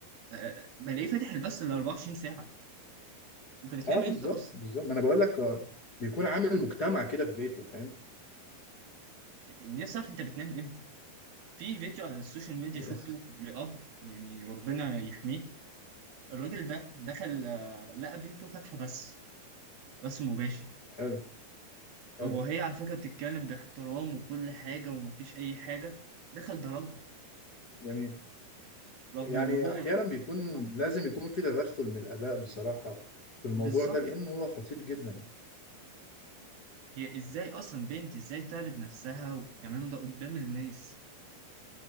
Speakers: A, on the right; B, on the left.
A: آه، بلاقيه فاتح البث ال 24 ساعة انت بتنام
B: اه بالظبط
A: امتى اصلا
B: بالظبط ما انا بقول لك آه، بيكون عامل مجتمع كده في بيته فاهم
A: نفسي اعرف انت بتنام امتى في فيديو على السوشيال ميديا
B: <laughs>
A: شفته لأب يعني ربنا يحميه الراجل ده دخل آه، لقى بنته فاتحة بث بث مباشر
B: حلو حلو
A: وهي على فكرة بتتكلم باحترام وكل حاجة ومفيش أي حاجة دخل ضربها
B: جميل
A: رغم
B: يعني
A: إن هو
B: احيانا بيكون لازم يكون في تدخل من الاباء بصراحه في الموضوع
A: بالظبط
B: ده لانه هو خطير جدا
A: هي إزاي أصلا بنت إزاي تعرض نفسها والكلام ده قدام الناس